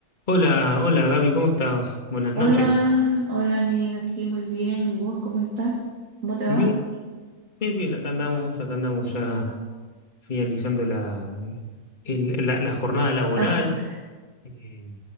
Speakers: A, on the left; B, on the right.
A: Hola, hola Gaby, ¿cómo estás? Buenas
B: Hola,
A: noches.
B: hola, Nien, aquí muy bien. ¿Y vos cómo estás? ¿Cómo te
A: Bien,
B: va?
A: bien, bien, acá andamos, acá andamos
B: La
A: ya finalizando la, el- la, la jornada laboral.
B: jornada.
A: Eh,